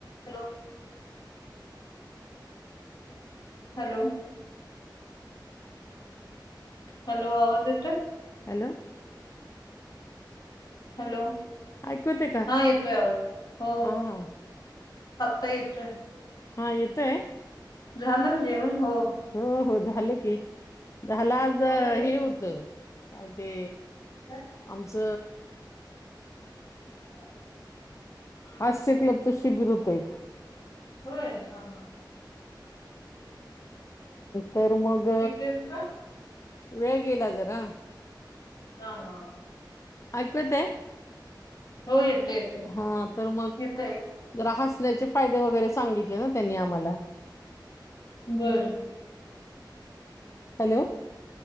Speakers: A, on the left; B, on the left.
A: Hello hello hello, आवाज येतोय.
B: Hello
A: hello,
B: ऐकू येते का
A: हा येतोय आवाज. हो
B: हा हा
A: आता येतोय.
B: हा येतोय.
A: झाल जेवण. हो
B: हो हो झाल की. झाल आज हे
A: आवरलं
B: होत, काय ते
A: काय
B: आमच
A: <inaudible>
B: हास्य क्लबच शिबिर होत एक.
A: होय हा हा
B: तर मग
A: तिथेच का
B: वेळ गेला जरा.
A: ह हा
B: ऐकु येतय.
A: हो येते.
B: हा तर मग,
A: येत ऐकू
B: जरा हसण्याचे फायदे वगैरे सांगितले ना त्यांनी आम्हाला.
A: बरं.
B: हॅलो.